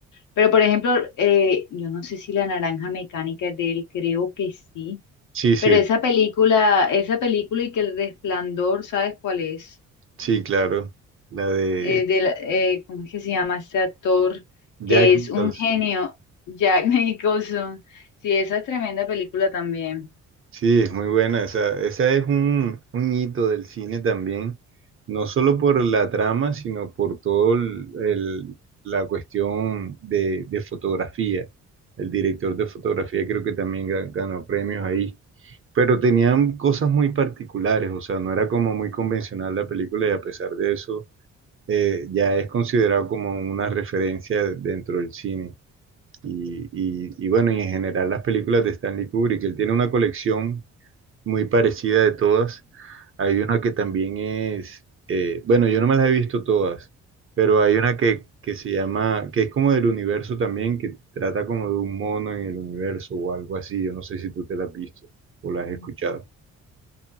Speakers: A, on the left; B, on the right.
A: Pero, por ejemplo, eh, yo no sé si La Naranja Mecánica es de él, creo que sí.
B: sí, sí,
A: Pero esa película, esa película y que El Resplandor, ¿sabes cuál es?
B: sí, claro, la de
A: Eh, de la- eh, ¿cómo es que se llama este actor?
B: Jack
A: Que es
B: Nicholson.
A: un genio, Jack <laughs> Nicholson. Sí, esa es tremenda película también.
B: Sí, es muy buena. Esa, esa es un, un hito del cine también, no solo por la trama, sino por todo el, el- la cuestión de, de fotografía. El director de fotografía creo que también ga- ganó premios ahí, pero tenían cosas muy particulares, o sea, no era como muy convencional la película y a pesar de eso, eh, ya es considerado como una referencia dentro del cine. Y, y, y bueno, y en general las películas de Stanley Kubrick, él tiene una colección muy parecida de todas. Hay una que también es, eh, bueno, yo no me las he visto todas, pero hay una que, que se llama, que es como del universo también, que trata como de un mono en el universo o algo así. Yo no sé si tú te la has visto o la
A: Ujú.
B: has escuchado.